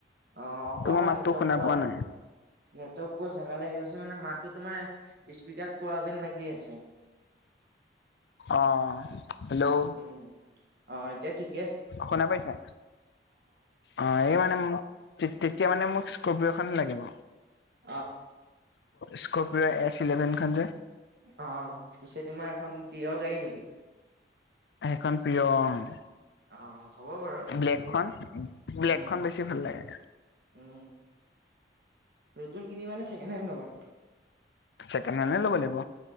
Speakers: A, on the right; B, on the left.
A: অ', অ', ‍অকমান
B: তোমাৰ মাতটো
A: নেটৱৰ্ক
B: শুনা
A: পোৱা না
B: নাই
A: নেটৱৰ্ক পোৱা জাগালে আহি পাইছে মানে মাতো তোমাৰ স্পিকাৰত কোৱা যেন লাগি আছে।
B: আহ'হেল্ল'।
A: উম। অ' এতিয়া ঠিক
B: শুনা পাইছা অ' এই মানে মই তেতিয়া মানে মোক স্কৰপিও খন লাগিব।
A: অ'।
B: স্কৰপিঅ এছ ইলেভেনখন যে।
A: অ' পিছে তোমাৰ এখন প্ৰিয় গাড়ী নেকি?
B: সেইখন প্ৰিয় অ'।
A: অ হ'ব বাৰু।
B: ব্লেকখন ব্লেকখন
A: উম
B: বেছি ভাল লাগে।
A: উম নতুন কিনিবা নে ছেকেণ্ড হেণ্ড ল'বা?
B: ছেকেণ্ড হেন্ডে ল'ব লাগিব।